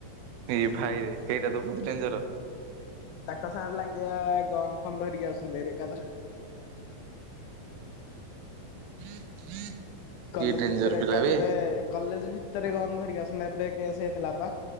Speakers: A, on the right; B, on the left.
A: ଏଇ ଭାଇରେ ସେଇଟା ତ ବହୁତ ଡେଞ୍ଜର।
B: ତାଙ୍କ ସାଙ୍ଗରେ ଲାଗିବା ଗନ ଫନ ଧରିକି ଆସଛନ୍ତି ଏକାଥରେ
A: <inaudible>
B: କଲେଜ
A: ଡେଞ୍ଜର
B: ଭିତରେ
A: ପିଲା
B: ଏକାଥରେ
A: ବେ
B: କଲେଜ ଭିତରେ ଗନ୍ ଧରିକି ଆସ ଏବେ କେସ୍ ହେଇଥିଲା ପା